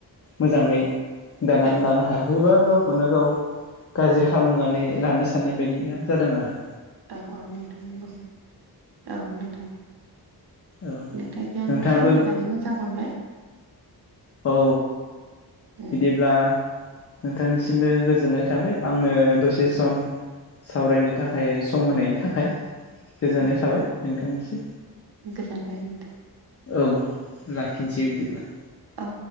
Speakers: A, on the left; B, on the right.
A: मोजाङै दानानै
B: औ
A: लानो हाया। <unintelligible> गावखौनो गाव गाज्रि खालामनानै लानो साननाय बायदिया जादों आरो।
B: औ औ नोंथां गौ औ नोथां।
A: औ
B: नोंथांजों
A: नोंथाङाबो
B: सावरायनानै मोजां मोनबाय।
A: औ।
B: ओ
A: बिदिब्ला नोंथांनिसिमबो गोजोननाय थाबाय आंनो दसे सम। सावरायनो थाखाय सम होनायनि थाखाय। गोजोननाय
B: औ
A: थाबाय नोंथांनिसिम।
B: गोजोनबाय नोंथां
A: औ लाखिसै बिदिब्ला।
B: औ।